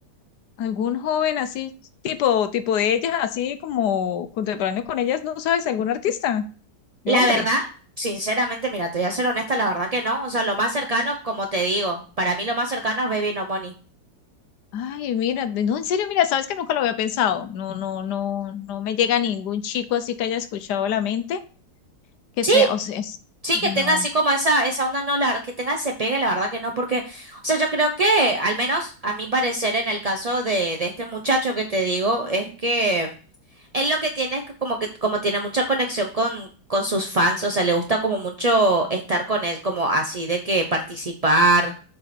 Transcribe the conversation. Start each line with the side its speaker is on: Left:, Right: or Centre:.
Left: algún joven así, tipo, tipo de ellas, así como contemporáneo con ellas, ¿no sabes? ¿Algún artista
Right: La
Left: de hombre?
Right: verdad, sinceramente, mira, te voy a ser honesta, la verdad que no. O sea, lo más cercano, como te digo, para mí lo más cercano es Baby No Money.
Left: Ay, mira, de- no, en serio, mira, sabes que nunca lo había pensado. No, no, no, no me llega ningún chico así que haya escuchado la mente, que
Right: Sí.
Left: sea, o sea, es-
Right: Sí,
Left: no,
Right: que tenga así como esa, esa onda, no, la, que tenga ese pegue, la verdad que no, porque, o sea, yo creo que, al menos a mi parecer, en el caso de, de este muchacho que te digo, es que él lo que tiene es que como que, como tiene mucha conexión con, con sus fans, o sea, le gusta como mucho estar con él, como así de que participar